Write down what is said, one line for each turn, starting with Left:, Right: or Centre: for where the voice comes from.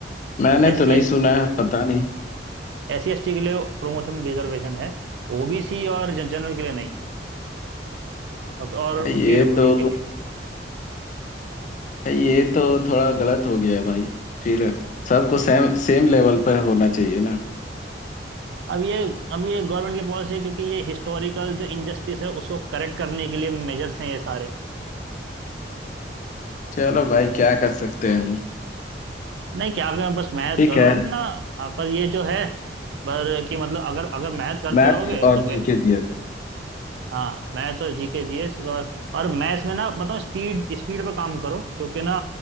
Left: मैंने
Right: एससी
Left: तो नहीं
Right: एस
Left: सुना है पता नहीं
Right: एससी एसटी के लिए प्रमोशन में रिजर्वेशन है ओबीसी और जनरल के लिए नहीं है अब- और
Left: भाई ये
Right: पीडब्ल्यूडी
Left: तो
Right: के लिए
Left: ये तो थोड़ा गलत हो गया है भाई फिर सबको सेम सेम लेवल पर होना चाहिए ना
Right: अब ये अब ये गवर्नमेंट की पॉलिसी है क्योंकि ये हिस्टोरिकल जो इनजस्टिस है उसको करेक्ट करने के लिए मेजर्स हैं ये सारे
Left: चलो भाई क्या कर सकते हैं हम ही
Right: नहीं क्या करें बस मेहनत
Left: ठीक
Right: करो
Left: है
Right: अपना हाँ, पर ये जो है पर कि मतलब अगर अगर मेहनत करते
Left: मैथ्स
Right: रहोगे
Left: और
Right: तो फिर
Left: जीके दिया था।
Right: हाँ मैथ्स और जीके जीएस और और मैथ्स में ना बताओ स्पीड स्पीड पे काम करो क्योंकि ना